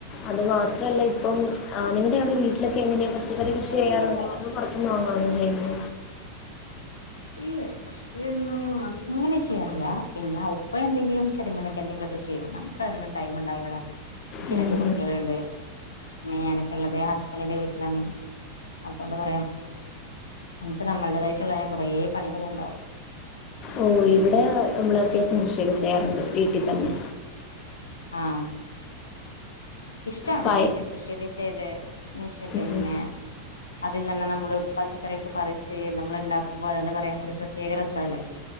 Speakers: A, on the left; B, on the left.
A: അത് മാത്രല്ല ഇപ്പം നിങ്ങളുടെ അവ്ടെ വീട്ടിലൊക്കെയെങ്ങനെയാ പച്ചക്കറി കൃഷി
B: ഉം
A: ചെയ്യാറൊണ്ടോ? അതോ പൊറത്തുന്ന് വാങ്ങണോ ചെയ്യുന്നേ?
B: ഇല്ലേ. കൃഷിയൊന്നും അങ്ങനെ ചെയ്യാറില്ല. എന്ന ഉപ്പ എന്തെങ്കിലും ചെറ്ങ്ങനെ എന്തെങ്കിലൊക്കെചെയ്യും. നമ്മുക്കതിനൊന്നും ടൈംമൊണ്ടാവില്ലടാ എനിക്ക്
A: ഉം.
B: രണ്ട്കുട്ടികള്ണ്ട് പിന്നെ ഞാനിപ്പള്ളത് ഹസ്ബന്റിന്റെ വീട്ടിലാണ് അപ്പ എന്താ പറയാ നമ്മക്ക് നമ്മൾടേതയിട്ട്ള്ള കൊറേ പണികള്ണ്ടാവും.
A: ഓഹ് ഇവിടെ നമ്മള് അത്യാവശ്യം കൃഷിയൊക്കെ ചെയ്യാറ്ണ്ട് വീട്ടിതന്നെ
B: ആഹ് ഇഷ്ട്ടാണ്
A: പയ
B: ഇങ്ങനെ കൃഷിയൊക്കെ ചെയ്ത് <unintelligible> പിന്നെ
A: ഉം.
B: അതിൽ നിന്ന് നമ്മള് പച്ചക്കറിയൊക്കെ പറിച്ച് നമ്മള് ഇണ്ടാക്കുമ്പോ അതെന്താ പറയാ ഒരു പ്രത്യേക രസവല്ലേ.